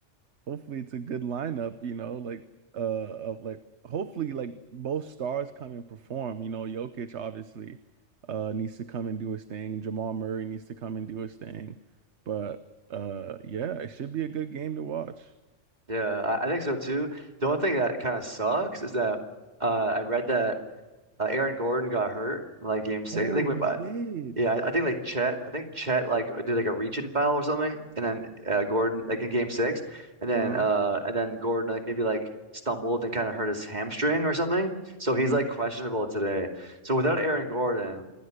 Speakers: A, on the right; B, on the right.
A: hopefully it's a good lineup, you know, like uh of like hopefully like both stars come and perform. You know, Jokic obviously uh needs to come and do his thing. Jamal Murray needs to come and do his thing. But uh yeah, it should be a good game to watch.
B: Yeah, I, I think so too. The only thing that kind of sucks is that uh, I read that uh, Aaron Gordon got hurt in, like game six.
A: Oh,
B: I think,
A: he
B: we, but
A: did.
B: yeah, I, I think like Chet, I think Chet like did like a reach-in foul or something, and then uh, Gordon like in game six, and then
A: Uh-huh.
B: uh, and then Gordon like maybe like stumbled and kind of hurt his hamstring or something. So he's
A: Mhm.
B: like questionable today. So without Aaron Gordon,